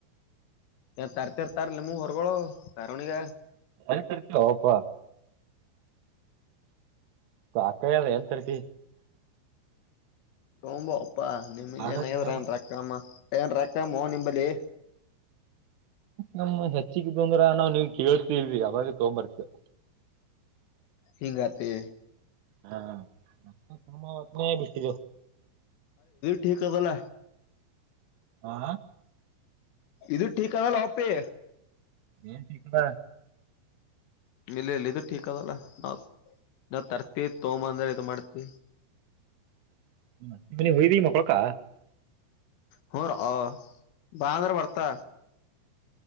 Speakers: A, on the left (about 80°); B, on the right (about 75°).
A: ಏ ತರ್ತಿರ್ ತರುಣಿ ನಿಮ್ ಉರಿಗ ಕಾರಣಿಗ
B: ಅಲ್ಲಿ ತರ್ತ ಓಪ ಸಾಕಾಗ್ದ ಎಲ್ಲಿ ತರ್ತಿ
A: ತೊಂಬಾ ಅಪ್ಪಾ ನಿಮ್
B: ಬ್ಯಾಡ
A: ಏನಯ್ರ
B: ಅಂತ ಹೇಳ್ಯಾರ
A: ಏನ್ ರಕ್ಕಮ್ಮ ಏನ್ ರಕ್ಕಮ್ಮ ನಿಂಬಲ್ಲಿ
B: ನಮ್ಮ ಹೆಚ್ಚಗಿದ್ದು ಬಂದ್ರ ನಾವ್ ನೀವ್ ಕೇಳ್ತಲ್ವಿ ಅವಾಗ ತಗ್ಂಬರ್ತ <inaudible>
A: ಹಿಂಗತೆ
B: ಹಾ ತಮ್ಮತ ಬಿಟ್ಟಿ
A: ಟೀಕ್ ಬೊಲ್
B: ಆ
A: ಇದು ಟೀ ಕಾಯ್ ಲ್ಲ ಹಪ್ಪೇ
B: ಏನ್ ಸಿಕ್ಕಡ
A: ಇಲ್ಲ ಇಲ್ಲ ಇದು ಕ ಅದಲ್ಲ ನ ನಾ ತರ್ತಿ ತೋಂಬದ ಇದು ಮಾಡ್ತಿ
B: ಹ ನಿಮ್ ಅತ್ತಿ ಮನೆಗೆ ಹೋಗಿದಿ ಮಕ್ಕೊಳಕ
A: ಹೋ ರ ಅ ಬಾ ಅಂದ್ರ ಬರ್ತಾಳಾ